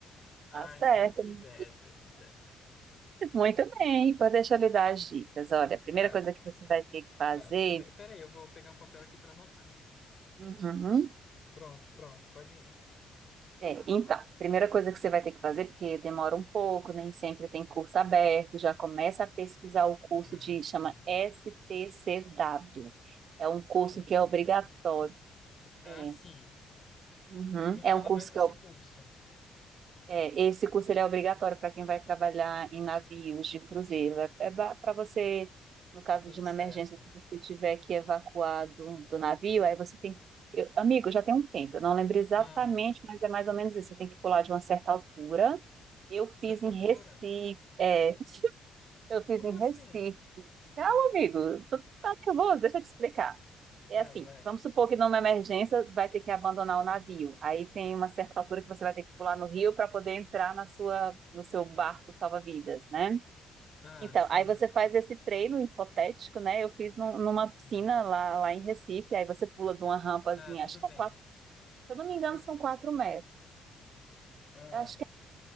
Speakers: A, on the left; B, on the right.
A: Ah,
B: Tá certo,
A: se Deus quiser, se Deus quiser.
B: muito bem, pô, deixa eu lhe dar as dicas. Olha, a primeira
A: Tá,
B: coisa que você vai ter que fazer.
A: ah, tudo bem. Pera aí, eu vou pegar um papel aqui para anotar.
B: Uhum.
A: Pronto, pronto, pode ir.
B: É, então, primeira coisa que você vai ter que fazer, porque demora um pouco, nem sempre tem curso aberto, já começa a pesquisar o curso
A: Ah,
B: de,
A: sim.
B: chama STCW. É um curso que
A: S
B: é obrigatório.
A: T C W Ah,
B: É,
A: sim.
B: uhum,
A: Me fala
B: é um curso
A: mais desse
B: que é
A: curso.
B: é, esse curso ele é obrigatório para quem vai trabalhar em navios de cruzeiro. É, para você, no caso
A: Tudo
B: de
A: certo.
B: uma emergência, se você tiver que evacuar do, do navio, aí você tem. Eu, amigo, já tem um tempo, eu não lembro exatamente,
A: Ah,
B: mas é mais ou menos isso. Você tem que pular de uma certa altura. Eu fiz
A: certa
B: em
A: altura?
B: Recife, é, eu fiz
A: Como
B: em
A: assim?
B: Recife. Calma, amigo. Tu tá nervoso, deixa eu te explicar. É
A: Tá,
B: assim,
A: vai.
B: vamos supor que numa emergência vai ter que abandonar o navio. Aí tem uma certa altura que você vai ter que pular no rio para poder entrar na sua, no seu barco salva-vidas, né?
A: Ah,
B: Então,
A: sim.
B: aí você faz esse treino hipotético, né? Eu fiz num- numa
A: Sim.
B: piscina lá, lá em Recife, aí você pula de uma rampazinha,
A: Tá, tudo
B: acho que
A: bem.
B: é quatro, se eu não me engano,
A: Ca-
B: são quatro metros.
A: Ah,
B: Eu acho